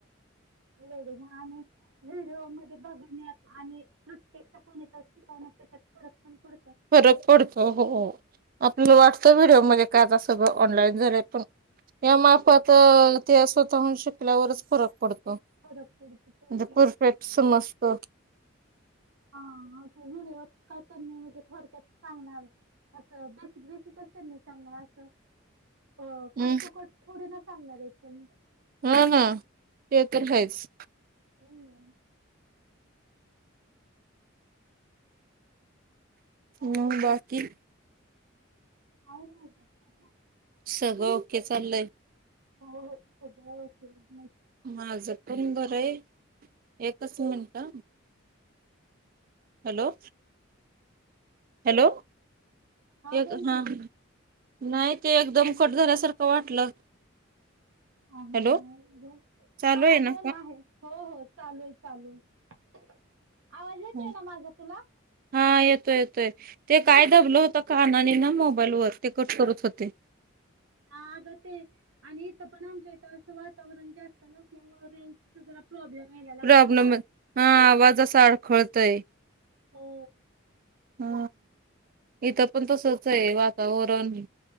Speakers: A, on the right (about 75°); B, on the right (about 45°).
A: नाान. <unintelligible> व्हिडिओ मध्ये बघून आणि प्रत्यक्ष कोणी शिकवण्यात त्याच्यात फरक पण प.
B: फरक पडत हो आपलं वाट. व्हिडिओ म्हणजे काय आता सगळं ऑनलाईन झालंय पण या माफात ते स्वतः श- ल्यावरच फरक पडतो म्हणजे
A: फरक पडतो त्याच्यामुळे
B: परफेक्ट समजत.
A: हा असं काय त्यांनी म्हजे थोडक्यात सांगणार? असं बेस बेसी कस नाही चांग असं. अ कट
B: हम्म
A: टु कट थोडे ना सांगणार आहेत? त्यांनी
B: हा ना ते तर आहेच.
A: हम्म.
B: मग बाकी.
A: हो <unintelligible>
B: सगळं ओके चाललंय?
A: हो हो खज असत <unintelligible>
B: माझं पण बर आहे. एकच मिनिट - हॅलो. हॅलो हा
A: बोल की
B: ह. नाही ते एकदम कट झाल्यासारखं वाटलं?
A: हा हा
B: हॅलो
A: नाहीबोल
B: चालू
A: हा
B: आहे ना
A: बोल आहे हो हो. चालू आहे चालू आहे आवाज येत
B: फोन
A: आहे ना माझा तुला?
B: हा येतोय ते काय दबलं होत कानानी ना मोबाईल वर ते कट करत होते.
A: हाग ते आणि इथं पण आमच्या इथ असं वातावरण जास्त नामुळे रेंज जरा. प्रॉब्लेम यायला लागलाय
B: प्रॉब्लेम
A: ग.
B: हा आवाजच अडखळतय..
A: हो.
B: हा इथं पण तसच आहे वातावरण-